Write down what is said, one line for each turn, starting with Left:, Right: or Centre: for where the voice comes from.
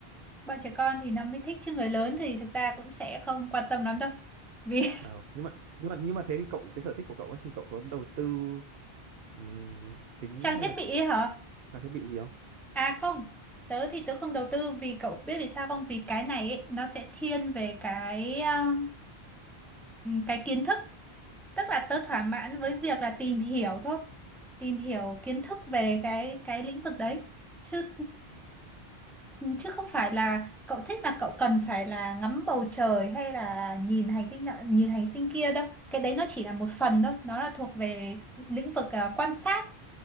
Centre: bọn trẻ con thì nó mới thích chứ người lớn thì thực ra cũng sẽ không quan tâm lắm đâu vì
Right: Ờ, nhưng mà nhưng mà nhưng mà thế thì cậu cái sở thích của cậu ấy thì cậu có đầu tư ừm,
Centre: <laughs>
Right: kính
Centre: trang
Right: hay
Centre: thiết
Right: là
Centre: bị
Right: cậu
Centre: ấy hả
Right: trang thiết bị gì không
Centre: à không tớ thì tớ không đầu tư vì cậu biết vì sao không vì cái này ấy, nó sẽ thiên về cái um, cái kiến thức tức là tớ thỏa mãn với việc là tìm hiểu thôi tìm hiểu kiến thức về cái cái lĩnh vực đấy chứ ừm, chứ không phải là cậu thích là cậu cần phải là ngắm bầu trời hay là nhìn hành tinh nọ nhìn hành tinh kia đâu cái đấy nó chỉ là một phần thôi nó là thuộc về lĩnh vực à, quan sát